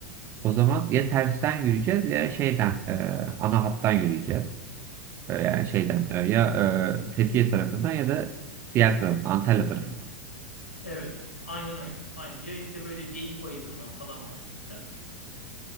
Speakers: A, on the right (about 35°); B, on the left (about 85°).
A: O zaman ya tersten yürüyeceğiz ya şeyden e, ana hattan yürüyeceğiz. E, yani şeyden e, ya e, Fethiye tarafından ya da diğer tarafından Antalya tarafından.
B: Evet, aynen öyle. Aynen. Ya işte böyle Geyik Bayırı'ndan falan başlayacağız.